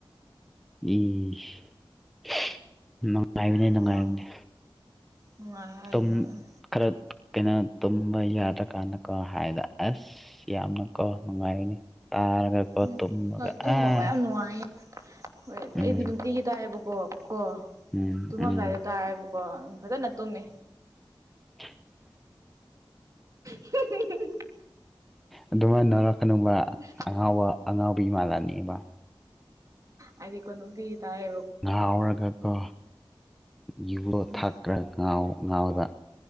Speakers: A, in the centre; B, on the right.
A: ꯏꯁ <unintelligible> ꯅꯨꯡꯉꯥꯏꯕꯅꯤ ꯅꯨꯡꯉꯥꯏꯕꯅꯦ
B: ꯅꯨꯡꯉꯥꯏ ꯅꯨꯡꯉꯥꯏ ꯍꯥꯏꯗꯨꯅ
A: ꯇꯨꯝ ꯈꯔ ꯀꯩꯅꯣ ꯇꯨꯝꯕ ꯌꯥꯗ꯭ꯔꯀꯥꯟꯗ ꯀꯣ ꯍꯥꯏꯗ ꯑꯁ ꯌꯥꯝꯅꯀꯣ ꯅꯨꯡꯉꯥꯏꯅꯤ ꯇꯥꯔꯒꯀꯣ
B: ꯎꯝ
A: ꯇꯨꯝꯃꯒ
B: ꯍꯣꯏ ꯇꯨꯝꯕ
A: ꯑꯁ
B: ꯃꯌꯥꯝ ꯅꯨꯡꯉꯥꯏꯌꯦ ꯍꯣꯏ
A: ꯎꯝ
B: ꯑꯩꯗꯤ ꯅꯨꯡꯇꯤꯒꯤ ꯇꯥꯏꯑꯌꯦꯦꯕꯀꯣ ꯀꯣ
A: ꯎꯝ
B: ꯇꯨꯝꯃꯝꯗꯥꯏꯗ
A: ꯎꯝ
B: ꯇꯥꯏꯑꯦꯕꯣ ꯀꯣ ꯐꯖꯅ ꯇꯨꯝꯃꯦ
A: <unintelligible>
B: <unintelligible>
A: ꯑꯗꯨꯃꯥꯏꯅꯧꯔꯛꯀꯅꯕ
B: ꯎꯝ
A: ꯑꯉꯥꯎꯕ ꯑꯉꯥꯎꯕꯤ ꯃꯥꯂꯥꯅꯦꯕ
B: ꯑꯩꯗꯤꯀꯣ ꯅꯨꯡꯇꯤꯒꯤ ꯇꯥꯏꯌꯦ
A: ꯉꯥꯎꯔꯒꯀꯣ ꯌꯨꯂꯣ
B: ꯎꯝ
A: ꯊꯛꯈ꯭ꯔꯒ ꯉꯥꯎ ꯉꯥꯎꯗ